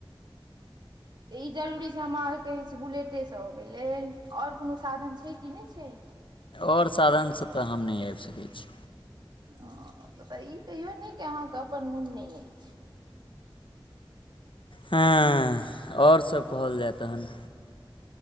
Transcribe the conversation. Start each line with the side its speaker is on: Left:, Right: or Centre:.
Right: तऽ ई जरूरी छै? हमरा अहाँकेँ कहै छी बुलेटेसँ अबै लेल, आओर कोनो साधन छै कि नहि छै?
Left: आओर साधनसँ तऽ हम नहि आबि सकै छी।
Right: हँ, तऽ ई कहियौ नहि जे अहाँके अपन मोन नहि अछि।
Left: हँ, आओर सभ कहल जाय तऽ हँ।